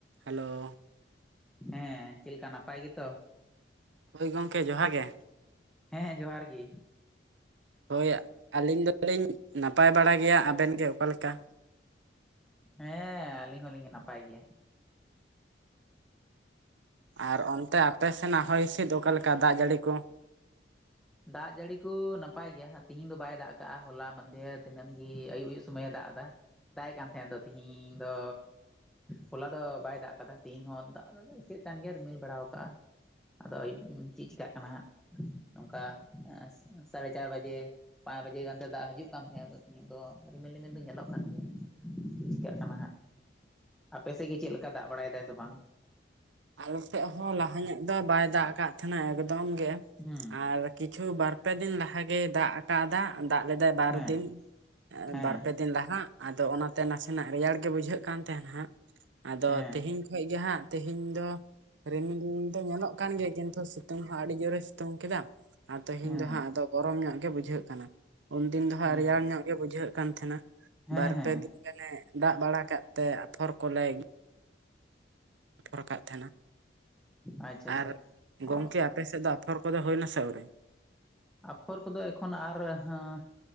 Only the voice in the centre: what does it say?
ᱦᱮᱸ ᱪᱮᱫ ᱞᱮᱠᱟ ᱱᱟᱯᱟᱭ ᱜᱮᱛᱚ?
ᱦᱮᱸ ᱡᱚᱦᱟᱨ ᱜᱤ
ᱦᱮᱸ ᱟᱹᱞᱤᱧ ᱦᱚᱸ ᱞᱤᱧ ᱱᱟᱯᱟᱭ ᱜᱮᱭᱟ᱾
ᱫᱟᱜ ᱡᱟᱹᱲᱤ ᱠᱩ ᱱᱟᱯᱟᱭ ᱜᱮᱭᱟ ᱦᱟᱸᱜ ᱛᱤᱦᱤᱧ ᱫᱚ ᱵᱟᱭ ᱫᱟᱜ ᱠᱟᱜ-ᱟ ᱦᱚᱞᱟ ᱢᱟᱸᱫᱷᱮᱨ ᱫᱤᱱᱟᱹᱢ ᱜᱤ ᱟᱹᱭᱩᱵ ᱟᱹᱭᱩᱵ ᱥᱳᱢᱳᱭ ᱮ ᱫᱟᱜ ᱫᱟ ᱫᱟᱜ ᱮᱜ ᱠᱟᱱ ᱛᱟᱦᱮᱸᱜ ᱟᱛᱚ ᱛᱤᱦᱤᱧ ᱫᱚ ᱦᱚᱞᱟ ᱫᱚ ᱵᱟᱭ ᱫᱟᱜ ᱠᱟᱫᱟ ᱛᱮᱦᱤᱧ ᱦᱚᱸ ᱫᱟᱜ ᱫᱟᱜ ᱫᱚ ᱟ. ᱭᱠᱟᱹᱜ ᱠᱟᱱ ᱜᱮᱭᱟ ᱨᱤᱢᱤᱞ ᱵᱟᱲᱟᱣ ᱠᱟᱜ-ᱟ᱾ ᱟᱫᱚ ᱟᱹᱭᱩᱵ ᱪᱮᱫ ᱪᱤᱠᱟᱜ ᱠᱟᱱᱟ ᱦᱟᱸᱜ ᱱᱚᱝᱠᱟ ᱥᱟᱲᱮ ᱪᱟᱨ ᱵᱟᱡᱮ ᱯᱟᱸᱪ ᱵᱟᱡᱮ ᱜᱟᱱ ᱛᱮ ᱫᱟᱜ ᱦᱤᱡᱩᱜ ᱠᱟᱱ ᱛᱟᱦᱮᱸᱫ ᱟ ᱛᱮᱦᱤᱧ ᱫᱚ ᱨᱤᱢᱤᱞ ᱨᱤᱢᱤᱞ ᱫᱚ ᱧᱮᱞᱚᱜ ᱠᱟᱱ ᱜᱮᱭᱟ᱾ ᱪᱤᱫ ᱪᱤᱠᱟ. ᱜ ᱠᱟᱱᱟ ᱦᱟᱸᱜ ᱟᱯᱮ ᱥᱮᱜ ᱜᱮ ᱪᱮᱫ ᱞᱮᱠᱟ ᱫᱟᱜ ᱵᱟᱲᱟᱭ ᱫᱟᱭ ᱥᱮ ᱵᱟᱝ?
ᱦᱩᱸ
ᱦᱮᱸ
ᱦᱮᱸ
ᱦᱮᱸ
ᱦᱮᱸ
ᱦᱮᱸ
ᱦᱮᱸ
ᱦᱮᱸ
ᱟᱪᱪᱷᱟ ᱟᱪᱪᱷᱟ
ᱚ
ᱟᱯᱷᱚᱨ ᱠᱚᱫᱚ ᱮᱠᱷᱚᱱ ᱟᱨ ᱦᱟᱸ